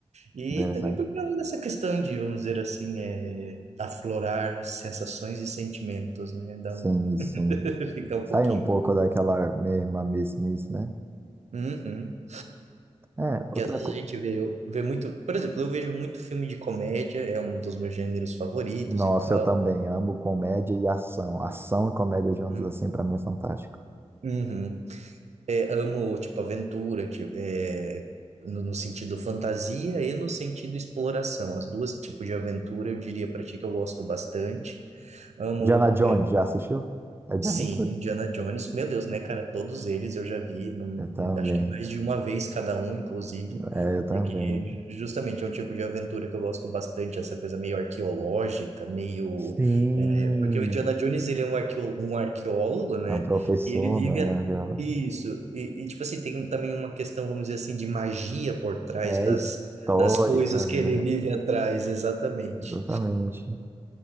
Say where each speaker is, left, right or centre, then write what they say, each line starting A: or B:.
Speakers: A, on the right; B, on the right.
A: E
B: interessante.
A: também por causa dessa questão de, vamos dizer assim, é, aflorar sensações e sentimentos, né? Dá
B: Sim,
A: um, <laughs>
B: sim.
A: fica um
B: Sai
A: pouquinho
B: um pouco
A: com...
B: daquela mesma mesmice, né?
A: Uhum.
B: É, outra
A: Que às vezes
B: coisa.
A: a gente vê, eu- vê muito. Por exemplo, eu vejo muito filme de comédia, é um dos meus gêneros favoritos
B: Nossa,
A: e tal.
B: eu também amo comédia e ação. Ação e comédia juntos,
A: Uhum.
B: assim, pra mim é fantástico.
A: Uhum. É, amo, tipo, aventura, tipo, é, no, no sentido fantasia e no sentido exploração. As duas tipos de aventura eu diria pra ti que eu gosto bastante. Amo
B: Diana Jones, já assistiu? É de
A: Sim,
B: aventura.
A: Indiana Jones, meu Deus, né, cara? Todos eles eu já vi, num,
B: Eu também.
A: num- acho que mais de uma vez cada um, inclusive,
B: É, eu também.
A: porque ju- justamente é um tipo de aventura que eu gosto bastante, essa coisa meio arqueológica, meio.
B: Sim,
A: é, porque o Indiana Jones, ele é um, arqueo, um arqueólogo, né?
B: a professora,
A: E ele vive. a-
B: né? aquela-
A: Isso, e, e, tipo assim, tem um, também uma questão, vamos dizer assim, de magia por trás
B: É
A: das,
B: histórica,
A: das coisas que
B: né?
A: ele vive atrás, exatamente.
B: Exatamente.